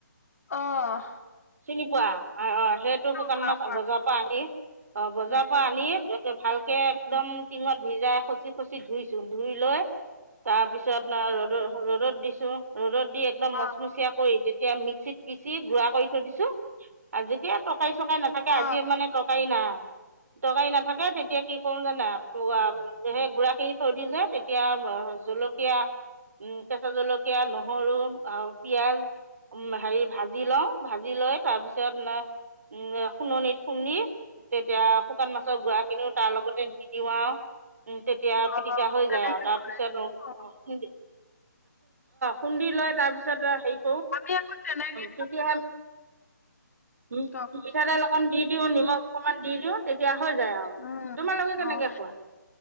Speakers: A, on the left (about 55°); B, on the right (about 55°).
A: অ'।
B: চিনি পোৱা? অ', অ', সেইটো শুকান
A: পাওঁ
B: মাছ
A: পাওঁ
B: বজাৰৰ পৰা আনি। অ', বজাৰৰ
A: উম
B: পৰা আনি ভালকে একদম
A: উম
B: টিঙত ভিজাই খচি খচি ধুইছো, ধুই লৈ তাৰ পিছত ন ৰ'দত ৰ'দত দিছো, ৰ'দত দি একদম
A: অ
B: মচমচিয়া কৰি এতিয়া মিক্সিত পিচি গুড়া কৰি থৈ দিছোঁ, যেতিয়া তৰকাৰী-চৰকাৰী নাথাকে
A: অ
B: আজি মানে তৰকাৰি নাই, তৰকাৰী নাথাকে তেতিয়া কি কৰো জানা? সেই গুৰা খিনি থৈ দিও যে তেতিয়া জলকীয়া উম, কেঁচা জলকীয়া নহৰু আৰু পিয়াজ উম, হেৰি ভাজি লওঁ, ভাজি লৈ তাৰপিছত খুননিত খুন্দি তেতিয়া শুকান মাছৰ গুৰা খিনিও তাৰ লগতে দি দিও আৰু উম, তেতিয়া
A: অ',
B: পিটিকা হৈ
A: তেনেকে
B: যায় আৰু। তাৰপিছত
A: অ
B: খুন্দি খুন্দি লৈ তাৰপিছত হেৰী
A: আমি আকৌ তেনেকে
B: তেতিয়াহে <unintelligible>
A: কওক
B: মিঠাতেল অকণ দি দিওঁ, নিমখ অকণমান দি দিওঁ, তেতিয়া হৈ যায় আৰু।
A: উম,
B: তোমালোকে
A: অ'।
B: কেনেকৈ খোৱা